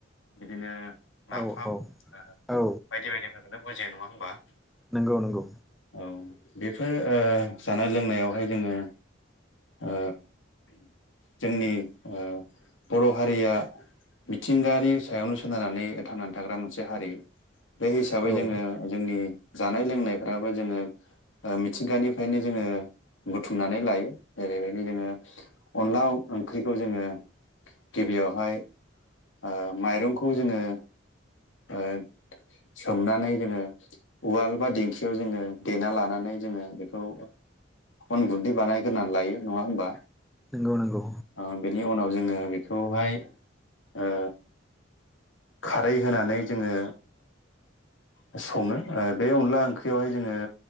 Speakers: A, on the left (about 80°); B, in the centre.
A: बिदिनो
B: औ
A: नाफाम
B: औ
A: ओ
B: औ
A: बायदि बायदिफोरखौनो बुजियो नङा होमबा?
B: नोंगौ नोंगौ।
A: औ बेफोर ओ जानाय-लोंनायावहाय जोंङो ओ जोंनि ओ बर' हारिया मिथिंगानि सायावनो सोनारनानै थांनानै थाग्रा मोनसे हारि बे हिसाबै
B: औ
A: जोंङो जोंनि जानाय लोंनायफ्राबो जोङो ओ मिथिंगानिफायनो जोङो बुथुमनानै लायो जेरैबायदि जोङो अनला <unintelligible> ओंख्रिखौ जोंङो गिबियावहाय ओ माइरंखौ जोङो ओ सोमनानै जोंङो उवाल बा दिंखियाव जोङो देना लानानै जोङो बेखौ अन गुन्दै बानायग्रोनानै लायो नंङा होमबा
B: नंगौ नंगौ।
A: ओ बेनि उनाव जोङो बेखौहाय ओ <unintelligible> होनानै जोङो ओ सङो ओ बे अनला ओंख्रियावहाय जोङो